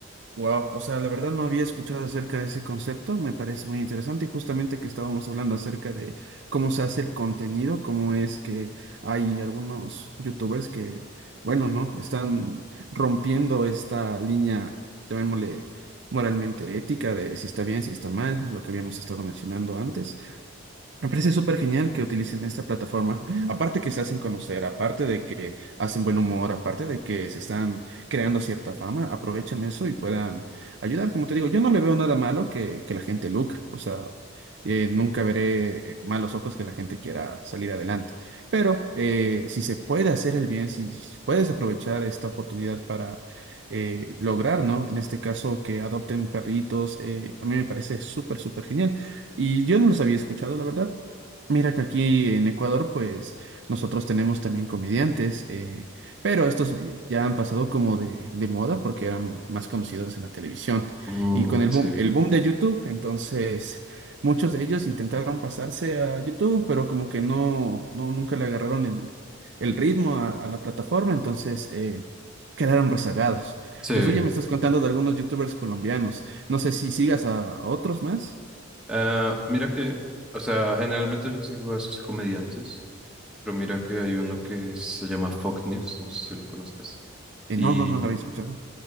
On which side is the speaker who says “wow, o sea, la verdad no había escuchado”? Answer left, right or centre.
Right